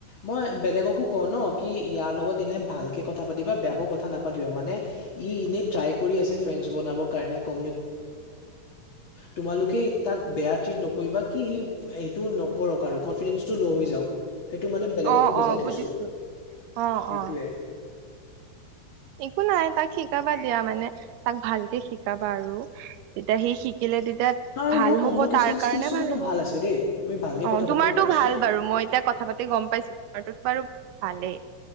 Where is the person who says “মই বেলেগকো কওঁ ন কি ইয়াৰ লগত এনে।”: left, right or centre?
Left